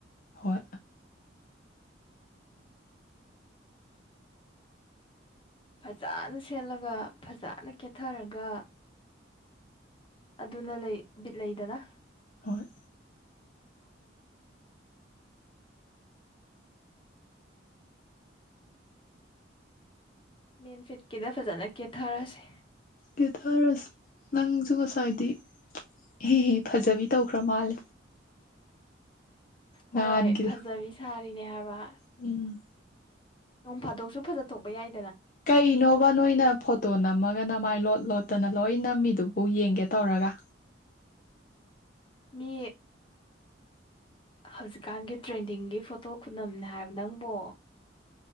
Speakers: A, on the left; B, on the left.
A: ꯍꯣꯏ
B: ꯐꯖꯅ ꯁꯦꯠꯂꯒ ꯐꯖꯅ ꯀꯦꯊꯔꯒ ꯑꯗꯨꯅ ꯂꯩ ꯕꯤꯠ ꯂꯩꯗꯅ
A: ꯍꯣꯏ
B: <unintelligible> ꯃꯦꯟ ꯐꯤꯠꯀꯤꯗ ꯐꯖꯅ ꯀꯦꯊꯔꯁꯦ
A: ꯀꯦꯊꯔꯁꯦ ꯅꯪꯁꯨ ꯉꯁꯥꯏꯗꯤ ꯍꯦ ꯍꯦ ꯐꯖꯕꯤ ꯇꯧꯈ꯭ꯔ ꯃꯥꯜꯂꯦ
B: ꯍꯣꯏ
A: ꯅꯍꯥꯟꯒꯤꯗꯣ
B: ꯐꯖꯕꯤ ꯁꯥꯔꯦ ꯐꯔꯤꯅꯤ ꯍꯥꯏꯕ
A: ꯎꯝ
B: ꯅꯣꯡ ꯐꯥꯗꯣꯛꯁꯨ ꯐꯖꯊꯣꯛꯄ ꯌꯥꯏ
A: ꯀꯩꯅꯣꯕ ꯅꯣꯏꯅ ꯐꯣꯇꯣ ꯅꯝꯃꯒ ꯃꯥꯏ ꯂꯣꯠ ꯂꯣꯠꯇꯅ ꯂꯣꯏꯅꯝꯃꯤꯗꯨꯕꯨ ꯌꯦꯡꯒꯦ ꯇꯧꯔꯒ
B: ꯃꯤ ꯍꯧꯖꯤꯛꯀꯥꯟꯒꯤ ꯇ꯭ꯔꯦꯟꯗꯤꯡꯒꯤ ꯐꯣꯇꯣ ꯈꯨꯅꯝꯅꯦ ꯍꯥꯏꯕ ꯅꯪꯕꯣ